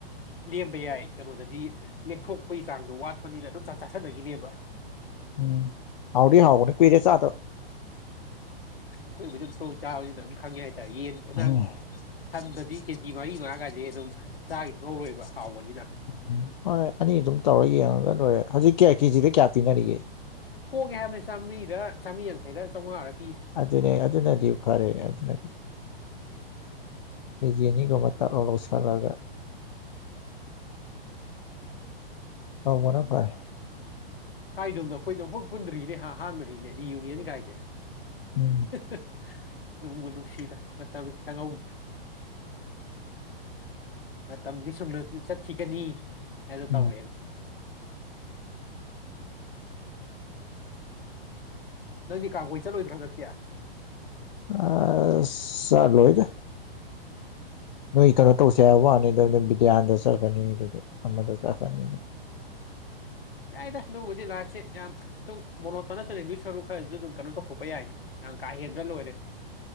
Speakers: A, on the left (about 65°); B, on the left (about 50°).
A: ꯂꯦꯝꯕ ꯌꯥꯏ ꯀꯩꯅꯣꯗꯗꯤ ꯂꯦꯛꯊꯣꯛꯄꯒꯤ ꯆꯥꯡꯗꯣ ꯋꯥꯠꯄꯅꯤꯅ ꯑꯗꯨꯝ ꯆꯥꯛ ꯆꯥꯁꯤꯟꯕꯩꯅꯦꯕ
B: ꯎꯝ ꯍꯥꯎꯗꯤ ꯍꯥꯎꯒꯅꯤ ꯀꯨꯏꯔꯦ ꯆꯥꯗꯕ
A: ꯑꯩꯈꯣꯏꯕꯨ ꯑꯗꯨꯝ ꯇꯧ ꯆꯥꯕꯁꯤꯅ ꯑꯗꯨꯝ ꯈꯪꯉꯦ ꯍꯥꯏꯇꯥꯔꯦ ꯌꯦꯟ ꯅꯪ
B: ꯎꯝ
A: ꯁꯟꯗꯗꯤ ꯀꯦꯖꯤ ꯃꯔꯤ ꯃꯉꯥ ꯀꯥꯏꯁꯦ ꯑꯗꯨꯝ ꯆꯥꯒꯤꯁꯨ ꯈꯪꯍꯧꯔꯣꯏ ꯍꯥꯎꯕꯅꯤ
B: ꯎꯝ ꯍꯣꯏ ꯑꯅꯤ ꯑꯗꯨꯝ ꯇꯧꯔ ꯌꯦꯡꯉꯒ ꯂꯣꯏꯔꯦ ꯍꯧꯖꯤꯛ ꯀꯌꯥ ꯀꯦꯖꯤꯗ ꯀꯌꯥ ꯄꯤꯅꯔꯤꯒꯦ
A: ꯍꯣꯡꯉꯦ ꯍꯥꯏꯕꯅꯤ ꯆꯥꯝꯃ꯭ꯔꯤꯔ ꯆꯥꯝꯔꯤ ꯌꯥꯡꯈꯩꯔ ꯆꯥꯝꯃꯉꯥ ꯔꯥ
B: ꯑꯗꯨꯅꯦ ꯑꯗꯨꯅꯗꯤ ꯐꯔꯦ ꯑꯗꯨꯅꯗꯤ ꯀꯦꯖꯤ ꯑꯅꯤꯒꯨꯝꯕ ꯇꯛ ꯂꯥꯎꯅ ꯂꯧꯁꯤꯜꯂꯒ ꯍꯥꯎꯕꯅ ꯐꯔꯦ
A: ꯀꯥꯏꯗꯣꯝꯗ ꯑꯩꯈꯣꯏꯗꯣꯨꯈꯣꯏ ꯄꯨꯟꯗ꯭ꯔꯤꯅꯦ ꯍꯥ ꯑꯍꯥꯟꯕꯅꯤꯅꯦ ꯔꯤꯌꯨꯅꯤꯌꯟ ꯀꯥꯏꯁꯦ
B: ꯎꯝ
A: ꯍꯦꯍꯦ ꯅꯨꯡꯕꯨ ꯅꯨꯡꯁꯤꯗ ꯃꯇꯝꯁꯦ ꯈꯪꯍꯧꯗꯦ ꯃꯇꯝꯗꯤ ꯁꯨꯝ ꯆꯠꯈꯤꯒꯅꯤ ꯑꯗꯣ
B: ꯎꯝ
A: ꯇꯧꯔꯦꯅꯦ ꯅꯪꯗꯤ ꯀꯥꯡ ꯀꯣꯏ ꯆꯠꯂꯣꯏꯗ꯭ꯔꯣ ꯍꯟꯗꯛꯇꯤ
B: ꯑꯁ ꯆꯠꯂꯣꯏꯗ ꯅꯣꯏ ꯀꯩꯅꯣ ꯇꯧꯁꯦ ꯍꯥꯏꯕ ꯋꯥꯅꯤ ꯕꯤꯗꯤꯌꯥꯟꯗ ꯆꯠꯈꯔꯅꯤ ꯑꯃꯗꯣ ꯆꯠꯈꯅꯤ
A: ꯌꯥꯏꯗ ꯑꯗꯨꯕꯨꯗꯤ ꯂꯥꯐꯁꯦ ꯌꯥꯝ ꯁꯨꯝ ꯃꯣꯅꯣ ꯇꯅ ꯆꯠꯂꯗꯨꯏ ꯁꯔꯨꯛ ꯈꯔꯁꯨ ꯑꯗꯨꯝ ꯀꯩꯅꯣ ꯇꯧꯊꯣꯛꯄ ꯌꯥꯏꯗꯅ ꯅꯪ ꯀꯥ ꯍꯦꯟꯗ꯭ꯔ ꯂꯣꯏꯔꯦ